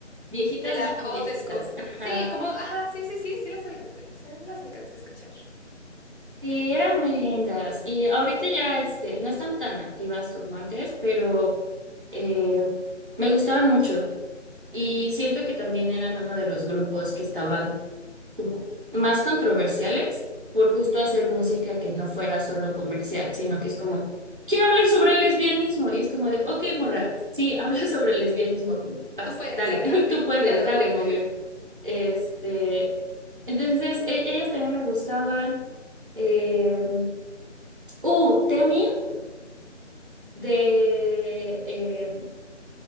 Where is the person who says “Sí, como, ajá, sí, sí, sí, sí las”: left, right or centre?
Left